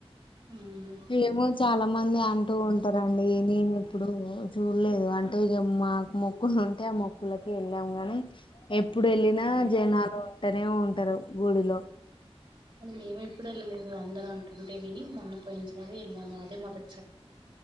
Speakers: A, on the right (about 45°); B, on the left (about 50°).
A: ఉమ్
B: ఏమో చాలా మంది అంటూ ఉంటారండి నేను ఎప్పుడు చూడలేదు అంటే ఇగ మాకు మొక్కులు ఉంటే ఆ మొక్కులకి వెళ్ళాంగాని ఎప్పుడు ఏళ్ళినా
A: ఉమ్
B: జనాలు ఉ ఉట్టనే ఉంటారు గుడిలో
A: మేము ఎప్పుడు వెళ్ళలేదు అందరూ అంటుంటే విని మొన్నపోయిన సరే వెళ్ళాము అదే మొదటి